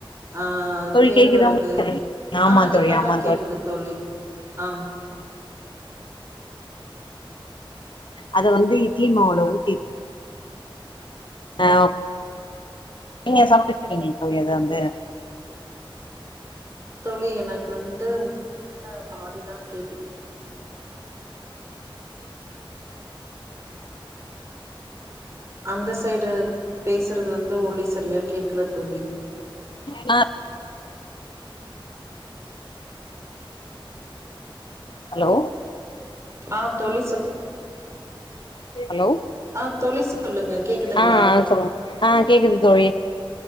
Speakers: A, on the right; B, on the left.
A: ஆ
B: தோழி
A: கேழ்வரகு
B: கேக்குதா உங்களுக் ஆமா
A: ஆ
B: தோழி
A: இப்பதா
B: ஆமா
A: கேக்குது தோழி ஆ
B: அத வந்து இட்லி மாவுல ஊத்தி ஆ நீங்க சாப்ட்ருக்கீங்ளா தோழி அத வந்து
A: தோழி எனக்கு வந்து உங்களுடைய இதுல பாதிதா கேட்டுது ஆ அந்த சைடு பேசறதுல வந்து ஒளி சரியா கேக்ல தோழி
B: நா ஹலோ
A: ஆ தோழி சொ
B: ஹலோ
A: ஆ தோழி சொல்லுங்க கேக்குதுங்களா
B: ஆ ஆ சொல்லுங்க ஆ கேக்குது தோழி